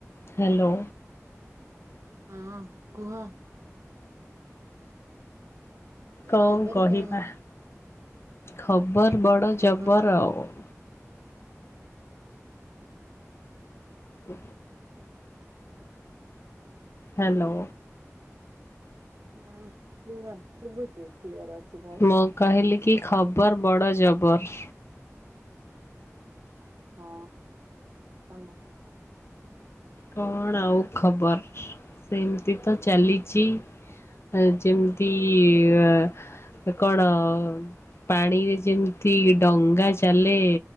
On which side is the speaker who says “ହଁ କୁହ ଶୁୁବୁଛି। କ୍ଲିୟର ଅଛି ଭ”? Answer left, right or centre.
Right